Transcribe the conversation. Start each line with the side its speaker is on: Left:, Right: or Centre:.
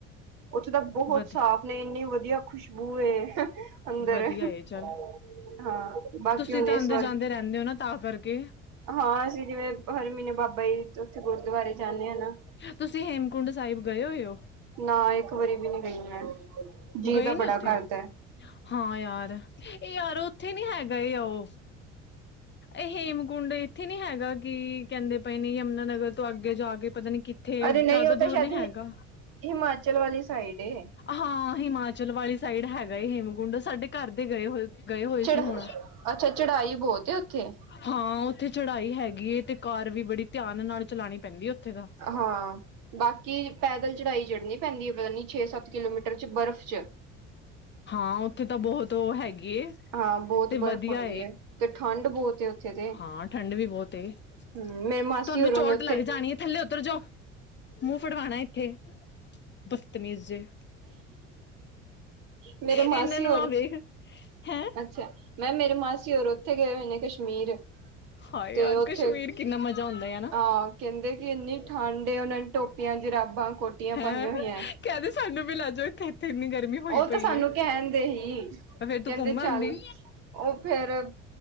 Right: ਉੱਥੇ ਤਾਂ ਬਹੁਤ
Left: ਵਧ
Right: ਸਾਫ ਨੇ ਇੰਨੀ ਵਧੀਆ ਖੁਸ਼ਬੂ ਏ ਅੰਦਰ
Left: ਵਧੀਆ
Right: ਹਾਂ
Left: ਏ ਚੱਲ
Right: ਬਾਕੀ
Left: ਤੁਸੀਂ
Right: ਹੁਣ
Left: ਤਾਂ
Right: ਇਸ
Left: ਆਉਦੇ
Right: ਵਾਰ
Left: ਜਾਂਦੇ ਰਹਿੰਦੇ ਹੋ ਤਾਂ ਕਰਕੇ
Right: ਹਾਂ ਅਸੀਂ ਜਿਵੇਂ ਹਰ ਮਹੀਨੇ ਬਾਬਾ ਜੀ ਉੱਥੇ ਗੁਰਦੁਆਰੇ ਜਾਂਦੇ ਹਾਂ
Left: ਤੁਸੀਂ ਹੇਮਕੁੰਡ ਸਾਹਿਬ ਗਏ ਹੋਏ ਹੋ
Right: ਨਾ ਇੱਕ ਵਾਰੀ ਵੀ ਨੀ ਗਈ ਮੈਂ ਜੀ
Left: ਗਏ
Right: ਤਾਂ
Left: ਨੇ
Right: ਬੜਾ
Left: ਉੱਥੇ
Right: ਕਰਦਾ ਹੈ
Left: ਹਾਂ ਯਾਰ ਇਹ ਯਾਰ ਉੱਥੇ ਨੀ ਹੈਗਾ ਏ ਉਹ ਇਹ ਹੇਮਕੁੰਡ ਇੱਥੇ ਨੀ ਹੈਗਾ ਕਿ ਕਹਿੰਦੇ ਪਏ ਨੀ ਯਮਨਾ ਨਗਰ ਤੋਂ ਅੱਗੇ ਜਾ ਕੇ ਪਤਾ ਨੀ ਕਿੱਥੇ
Right: ਅਰੇ
Left: ਜ਼ਿਆਦਾ
Right: ਨਹੀਂ ਉਹ ਤਾਂ
Left: ਦੂਰ
Right: ਸ਼ਾਇਦ
Left: ਨਹੀ ਹੈਗਾ
Right: ਹਿਮਾਚਲ ਵਾਲੀ ਸਾਈਡ ਏ।
Left: ਹਾਂ ਹਿਮਾਚਲ ਵਾਲੀ ਸਾਈਡ ਹੈਗਾ ਏ ਹੇਮਕੁੰਡ ਸਾਡੇ ਘਰ ਦੇ ਗਏ ਹੋਏ ਗਏ ਹੋਏ
Right: ਚੜ
Left: ਸੀ ਹੁਣ
Right: ਅੱਛਾ ਚੜਾਈ ਬਹੁਤ ਹੈ ਉੱਥੇ
Left: ਹਾਂ ਉੱਥੇ ਚੜਾਈ ਹੈਗੀ ਤੇ ਕਾਰ ਵੀ ਬੜੀ ਧਿਆਨ ਨਾਲ ਚਲਾਉਣੀ ਪੈਂਦੀ ਹੈ ਉੱਥੇ ਤਾਂ
Right: ਹਾਂ ਬਾਕੀ ਪੈਦਲ ਚੜਾਈ ਚੜ੍ਹਨੀ ਪੈਂਦੀ ਏ ਪਤਾ ਨੀ ਛੇ ਸੱਤ ਕਿਲੋਮੀਟਰ 'ਚ ਬਰਫ਼ 'ਚ
Left: ਹਾਂ ਉੱਥੇ ਤੇ ਬਹੁਤ ਉਹ ਹੈਗੀ ਏ
Right: ਹਾਂ ਬਹੁਤ
Left: ਤੇ ਵਧੀਆ
Right: ਬਰਫ਼ ਹੁੰਦੀ ਏ ਤੇ ਠੰਢ ਬਹੁਤ ਉੱਥੇ ਤੇ
Left: ਹਾਂ ਠੰਡ ਵੀ ਬਹੁਤ ਏ ਤੁਹਾਨੂੰ
Right: ਹਮ ਮੇਰੇ ਮਾਸੀ ਹੋਰ
Left: ਚੋਟ
Right: ਨੇ ਉੱਥੇ
Left: ਲੱਗ ਜਾਣੀ ਥੱਲੇ ਉਤਰ ਜਾਓ ਮੂੰਹ ਫੜਵਾਣਾ ਇੱਥੇ ਬਤਮੀਜ਼ ਜੇ
Right: ਮੇਰੇ ਮਾਸੀ
Left: ਇਹਨਾਂ ਨੂੰ
Right: ਹੋਰ
Left: ਆ ਵੇਖ ਹੈਂ
Right: ਅੱਛਾ। ਮੈਂ ਮੇਰੇ ਮਾਸੀ ਉੱਥੇ ਗਏ ਹੋਏ ਨੇ ਕਸ਼ਮੀਰ।
Left: ਹਾਏ
Right: ਤੇ
Left: ਯਾਰ
Right: ਉੱਥੇ
Left: ਕਸ਼ਮੀਰ ਕਿੰਨਾ ਮਜ਼ਾ ਆਉਂਦਾ ਆ ਨਾ
Right: ਹਾਂ ਕਹਿੰਦੇ ਕਿ ਇੰਨੀ ਠੰਡ ਉਹਨਾਂ ਨੇ ਟੋਪੀਆਂ ਜਰਾਬਾਂ ਕੋਟੀਆਂ
Left: ਹੈਂ
Right: ਪਾਈਆਂ ਹੋਈਆ।
Left: ਕਹਿੰਦੇ ਸਾਨੂੰ ਵੀ ਲੈ ਜਓ ਇੱਥੇ ਇੰਨੀ ਗਰਮੀ। ਹੋਈ
Right: ਉਹ
Left: ਪਈ
Right: ਤਾਂ ਸਾਨੂੰ
Left: ਏ
Right: ਕਹਿਦੇ ਹੀ
Left: ਫੇਰ ਤੂੰ
Right: ਕਹਿੰਦੇ
Left: ਘੁੰਮ
Right: ਚੱਲ
Left: ਆਂਦੀ
Right: ਉਹ ਫਿਰ